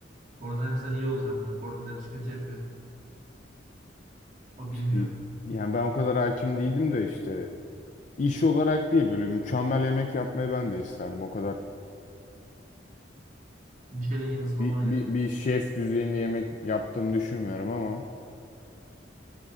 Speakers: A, on the right; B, on the left.
A: Gordon Ramsay'den iyi olacağım ben. Gordon Ramsay kötü yapıyor. O
B: Şey-
A: bilmiyor.
B: Yani ben o kadar hakim değildim de işte iş olarak değil böyle mükemmel yemek yapmayı ben de isterdim. O kadar
A: Michelin yıldızlı
B: bir,
A: olmana
B: bir,
A: gerek yok.
B: bir şef düzeyinde yemek yaptığımı düşünmüyorum ama